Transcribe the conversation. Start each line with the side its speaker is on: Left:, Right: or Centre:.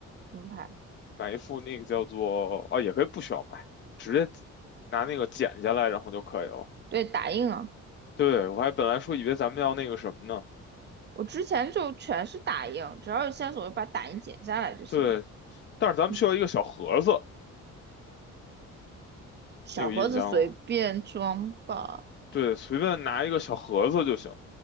Right: 怎么排？
Left: 买一副那个叫做啊，也可以不需要买，直接拿那个剪下来，然后就可以了。
Right: 对，打印啊。
Left: 对，我还本来说以为咱们要那个什么呢，
Right: 我之前就全是打印，只要有线索我就把打印剪下来就行了。
Left: 对，但是咱们需要一个小盒子，
Right: 嗯，小盒子随便装吧。
Left: 你有印象吗？对，随便拿一个小盒子就行，